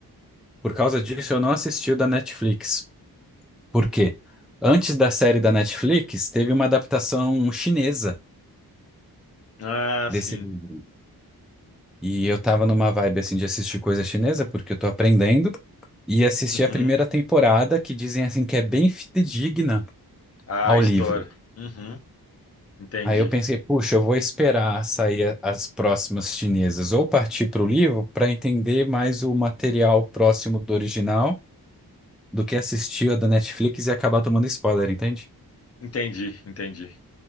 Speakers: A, in the centre; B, on the left.
A: Por causa disso, eu não assisti o da Netflix. Por quê? Antes da série da Netflix, teve uma adaptação chinesa
B: Ah,
A: desse
B: sim.
A: livro. E eu tava numa vibe assim de assistir coisa chinesa, porque eu tô aprendendo, e assisti
B: Uhum.
A: a primeira temporada, que dizem assim que é bem fidedigna
B: Ah,
A: ao
B: história.
A: livro.
B: Uhum. Entendi.
A: Aí eu pensei, puxa, eu vou esperar sair a- as próximas chinesas ou partir para o livro para entender mais o material próximo do original do que assistir a da Netflix e acabar tomando spoiler, entende?
B: Entendi. Entendi.